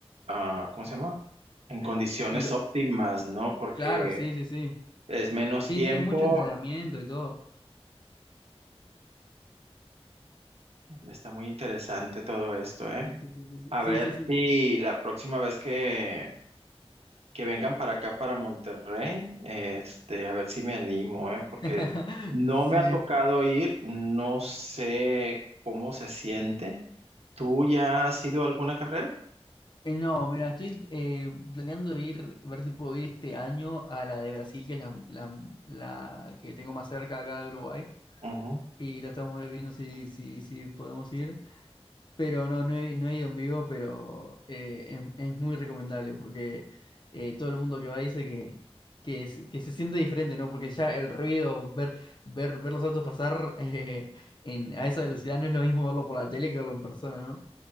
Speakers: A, on the right; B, on the left.
A: ah, ¿cómo se llama? En condiciones
B: Y lo-
A: óptimas, ¿no? Porque
B: claro, sí, sí, sí.
A: es menos
B: Y
A: tiempo.
B: tiene mucho entrenamiento y todo.
A: Está muy interesante todo esto, ¿eh?
B: Sí, sí, sí, sí, sí,
A: A ver
B: sí, sí. Sí.
A: si la próxima vez que, que vengan para acá, para Monterrey, este, a ver si me animo, ¿eh? Porque
B: <laughs>
A: no
B: Sí.
A: me ha tocado ir, no sé cómo se siente. ¿Tú ya has ido a alguna carrera?
B: Eh, no, mira, estoy eh, planeando ir, ver si puedo ir este año a la de Brasil, que es la, la- la que tengo más cerca acá de Uruguay.
A: Ujú.
B: Y la estamos viendo si, si, si podemos ir. pero no, no he, no he ido en vivo, pero eh, es, es muy recomendable porque eh, todo el mundo que va dice que, que, es- que se siente diferente, ¿no? Porque ya el ruido, ver, ver, ver los autos pasar <laughs> eh, en, a esa velocidad no es lo mismo verlo por la tele que verlo en persona, ¿no?